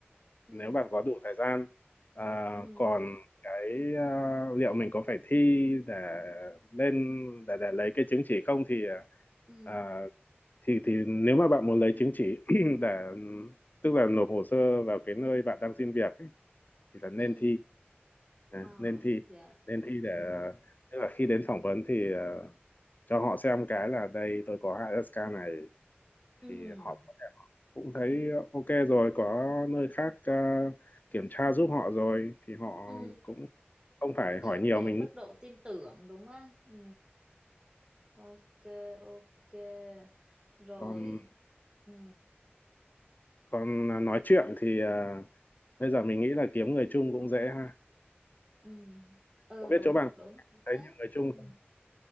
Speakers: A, on the right; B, on the left.
A: ừ
B: nếu bạn có đủ thời gian. À,
A: ừ
B: còn cái à, liệu mình có phải thi để lên để để lấy cái chứng chỉ không thì
A: ừ
B: à, thì thì nếu mà bạn muốn lấy chứng chỉ <clears throat> để tức là nộp hồ sơ vào cái nơi bạn đang xin việc ấy, thì là nên
A: ừ
B: thi À,
A: ờ
B: nên thi
A: dạ
B: nên thi để
A: ừ
B: tức là khi đến phỏng vấn thì ờ, cho họ xem cái là đây tôi có HSK này thì
A: ừ
B: họ có thể cũng thấy à, ok rồi có nơi khác ờ, kiểm tra giúp họ rồi thì họ
A: ừ
B: cũng không phải
A: thêm
B: hỏi nhiều
A: cái
B: mình
A: mức độ tin tưởng đúng không ừ ok ok rồi
B: còn
A: ừ
B: còn nói chuyện thì ờ, bây giờ mình nghĩ là kiếm người chung cũng dễ ha
A: ừ ừ
B: không biết
A: đúng
B: chỗ bạn
A: đúng chính
B: thấy
A: xác
B: nhiều người chung
A: ừ